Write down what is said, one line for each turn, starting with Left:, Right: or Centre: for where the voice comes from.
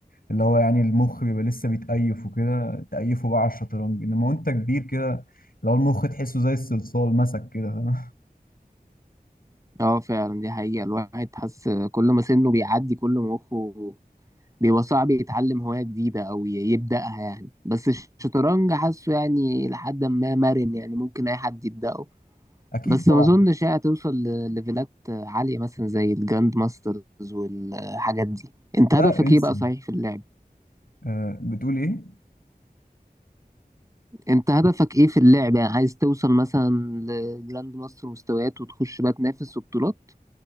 Left: اللي هو يعني المخ بيبقى لسه بيتأيف وكده تأيفه بقى على الشطرنج انما وانت كبير كده لو المخ تحسه زي الصلصال مسك كده
Right: اه فعلا دي حقيقة الواحد حس كل ما سنه بيعدي كل ما مخه بيبقى صعب يتعلم هواية جديدة أو ي- يبدأها يعني بس الشطرنج حاسه يعني لحد ما مرن يعني ممكن أي حد يبدأه
Left: <laughs> اكيد
Right: بس
Left: طبعا
Right: ما اظنش هي هتوصل لليفلات عالية مثلا زي الجراند ماسترز والحاجات دي انت
Left: لا
Right: هدفك
Left: انسى
Right: ايه بقى صحيح في اللعب
Left: أه بتقول ايه
Right: انت هدفك ايه في اللعب يعني عايز توصل مثلا لجراند ماستر مستويات وتخش بقى تنافس وبطولات